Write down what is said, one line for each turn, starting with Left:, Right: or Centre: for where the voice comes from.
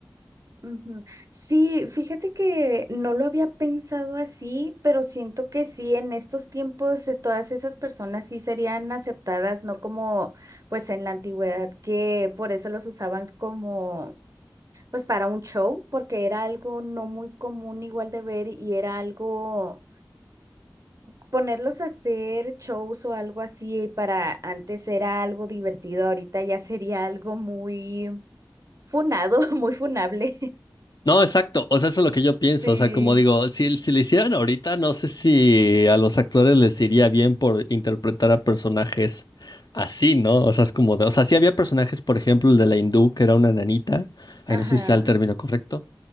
Right: Ujú. Sí, fíjate que no lo había pensado así, pero siento que sí, en estos tiempos eh, todas esas personas sí serían aceptadas, no como pues en la antigüedad, que por eso los usaban como pues para un show, porque era algo no muy común igual de ver y era algo ponerlos a hacer shows o algo así para antes era algo divertido, ahorita ya sería algo muy funado, <laughs> muy funable. <laughs>
Left: No, exacto. O sea, eso es lo que yo pienso.
Right: Sí.
Left: O sea, como digo, si, si lo hicieran ahorita, no sé si a los actores les iría bien por interpretar a personajes así, ¿no? O sea, es como de, o sea, sí había personajes, por ejemplo, el de la hindú, que era una nanita. Ahí
Right: Ajá.
Left: no sé si sea el término correcto.